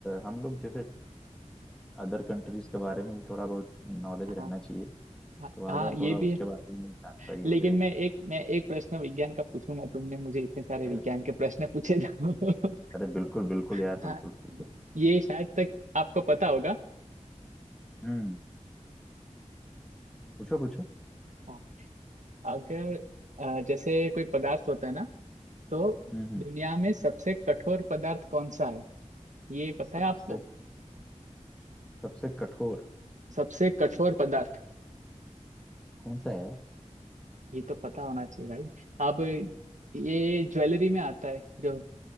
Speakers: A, in the centre; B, on the right (about 75°).
A: हम लोग जैसे अदर कंट्रीज के बारे में भी थोड़ा बहुत नॉलेज
B: हाँ
A: रहना चाहिए
B: हाँ
A: तो आ
B: हाँ
A: जाओ
B: ये
A: थोड़ा उसके
B: भी है
A: बारे में जानकारी हो
B: लेकिन
A: जाए
B: मैं एक मैं एक प्रश्न विज्ञान का पूछूंगा तुमने मुझे इतने सारे
A: अरे
B: विज्ञान के प्रश्न पूछे तो
A: अरे बिल्कुल बिल्कुल
B: <laughs>
A: यार बिल्कुल
B: हाँ
A: पूछो पूछो
B: ये शायद तक आपको पता होगा
A: हम्म पूछो पूछो
B: हाँ, अगर अ, जैसे कोई पदार्थ होता है ना तो
A: हम्म हम्म
B: दुनिया में सबसे कठोर पदार्थ कौन सा है ये पता
A: सबसे
B: है आपको
A: सबसे कठोर
B: सबसे कठोर पदार्थ
A: कौन सा है यार
B: ये तो पता होना चाहिए भाई अब ये ज्वेलरी में आता है जो